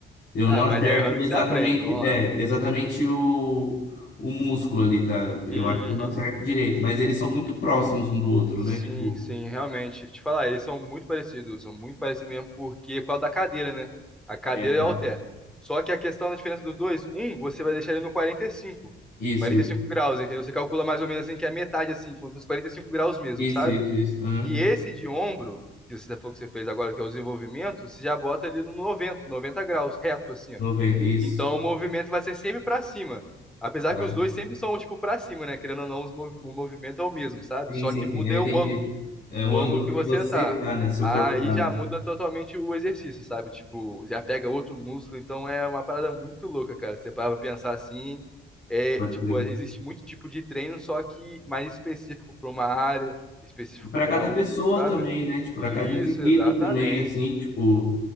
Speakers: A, on the left; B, in the centre.
A: eu
B: Ah,
A: não acerto
B: mas é errando que
A: exatamente,
B: você aprende, vamos lá.
A: é, exatamente o, o músculo ali, tá? Eu
B: Uhum.
A: acho que eu não acerto direito, mas eles são muito próximos um do outro,
B: Sim,
A: né? Tipo,
B: sim, realmente. Te falar, eles são muito parecidos, são muito parecidos mesmo, porque por causa da cadeira, né? A cadeira
A: é, tá.
B: é o halter. Só que a questão da diferença dos dois, um, você vai deixar ele no quarenta quarenta e cinco,
A: Isso,
B: quarenta e cinco graus, entendeu? Você calcula mais ou menos assim que é a metade, assim, quando fosse 45 graus mesmo,
A: isso,
B: sabe?
A: isso, isso, isso. Aham.
B: E esse de ombro, que você falou que você fez agora, que é o desenvolvimento, você já bota ele no noventa, 90 graus, reto, assim,
A: 90,
B: ó.
A: isso.
B: Então o movimento vai ser sempre pra cima. Apesar
A: Tá.
B: que os dois sempre são, tipo, pra cima, né? Querendo ou não, os movi- o movimento é o mesmo, sabe?
A: Sim,
B: Só
A: sim,
B: que muda
A: sim, eu
B: é
A: entendi.
B: o ângulo.
A: É
B: O
A: o ângulo
B: ângulo que
A: que
B: você
A: você
B: tá.
A: tá, né? Seu
B: Aí
A: corpo tá,
B: já
A: né?
B: muda totalmente o exercício, sabe? Tipo, já pega outro músculo. Então é uma parada muito louca, cara. Você para pra pensar assim. É,
A: Pode
B: tipo,
A: crer.
B: existe muito tipo de treino, só que mais específico pra uma área, específica
A: E pra
B: pra
A: cada
B: outra,
A: pessoa
B: sabe?
A: também, né? Tipo,
B: Isso,
A: para cada indivíduo
B: exatamente.
A: também, assim, tipo.